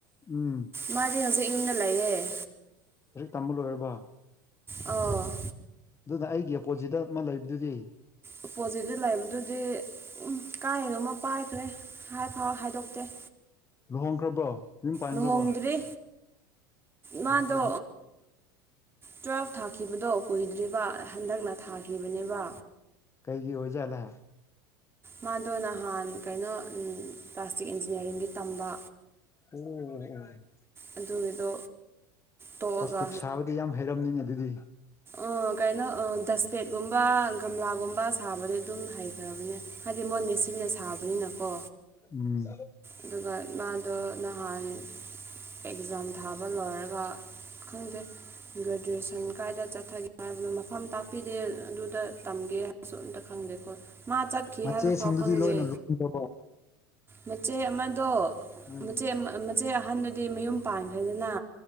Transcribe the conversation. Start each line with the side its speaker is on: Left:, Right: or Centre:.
Left: ꯎꯝ
Right: ꯃꯥꯗꯤ ꯍꯧꯖꯤꯛ ꯌꯨꯝꯗ ꯂꯩꯌꯦꯦ
Left: ꯂꯔꯤꯛ ꯇꯝꯕ ꯂꯣꯏꯔꯕ
Right: ꯑꯣ
Left: ꯑꯗꯨꯅ ꯑꯩꯒꯤ ꯑꯄꯣꯠꯁꯤꯗ ꯑꯃ ꯂꯩꯕꯗꯨꯗꯤ
Right: ꯑꯣꯄꯣꯖꯤꯠꯇ ꯂꯩꯕꯗꯨꯗꯤ ꯎ ꯀꯥꯏꯅꯣꯃ ꯄꯥꯏꯈ꯭ꯔꯦ ꯍꯥꯏꯐꯥꯎ ꯍꯥꯏꯗꯣꯛꯇꯦ
Left: ꯂꯨꯍꯣꯡꯈ꯭ꯔꯕꯣ ꯌꯨꯝ ꯄꯥꯟꯈ꯭ꯔꯕꯣ
Right: ꯂꯨꯍꯣꯡꯗ꯭ꯔꯤ ꯃꯥꯗꯣ
Left: ꯑꯩꯗꯤ
Right: ꯇꯨꯋꯦꯜꯐ ꯊꯥꯈꯤꯕꯗꯣ ꯀꯨꯏꯗ꯭ꯔꯤꯕ ꯍꯟꯗꯛꯅ ꯊꯥꯈꯤꯕꯅꯦꯕ
Left: ꯀꯩꯒꯤ ꯑꯣꯏꯖꯠꯂ
Right: ꯃꯥꯗꯣ ꯅꯍꯥꯟ ꯀꯩꯅꯣ ꯄ꯭ꯂꯥꯁꯇꯤꯛ ꯏꯟꯖꯤꯅꯤꯌꯥꯔꯤꯡꯒꯤ ꯇꯝꯕ
Left: ꯎꯝ
Right: ꯑꯗꯨꯒꯤꯗꯣ ꯇꯣꯛꯑꯒ
Left: ꯄ꯭ꯂꯥꯁꯇꯤꯛ ꯁꯥꯕꯗꯤ ꯌꯥꯝ ꯍꯩꯔꯝꯅꯤꯅꯦ ꯑꯗꯨꯗꯤ
Right: ꯑꯣ ꯀꯩꯅꯣ ꯗꯁꯄꯦꯠꯒꯨꯝꯕ ꯒꯝꯂꯥꯒꯨꯝꯕ ꯁꯥꯕꯗꯤ ꯑꯗꯨꯝ ꯍꯩꯈ꯭ꯔꯕꯅꯦ ꯍꯥꯏꯗꯤ ꯃꯣꯏ ꯃꯦꯆꯤꯟꯅ ꯁꯥꯕꯅꯤꯅꯀꯣ
Left: ꯎꯝ
Right: ꯑꯗꯨꯒ ꯃꯥꯗꯣ ꯅꯍꯥꯟ ꯑꯦꯛꯖꯥꯝ ꯊꯥꯕ ꯂꯣꯏꯔꯒ ꯈꯪꯗꯦ ꯒ꯭ꯔꯦꯖꯨꯑꯦꯁꯟ ꯀꯥꯏꯗ ꯆꯠꯊꯒꯦ ꯍꯥꯏꯕꯗꯣ ꯃꯐꯝ ꯇꯥꯛꯄꯤꯗꯦ ꯑꯗꯨꯗ ꯇꯝꯒꯦ ꯍꯥꯏꯕꯁꯨ ꯑꯝꯇ ꯈꯪꯗꯦꯀꯣ ꯃꯥ ꯆꯠꯈꯤ
Left: ꯃꯆꯦꯁꯤꯡꯗꯨꯗꯤ
Right: ꯍꯥꯏꯕ ꯐꯥꯎ ꯈꯪꯒꯦ
Left: ꯂꯣꯏꯅ ꯂꯨꯝꯈ꯭ꯔꯕꯣ
Right: ꯃꯆꯦ ꯑꯃꯗꯣ
Left: ꯎꯝ
Right: ꯃꯆꯦ ꯃꯆꯦ ꯑꯍꯟꯗꯨꯗꯤ ꯃꯌꯨꯝ ꯄꯥꯟꯈ꯭ꯔꯦꯗꯅ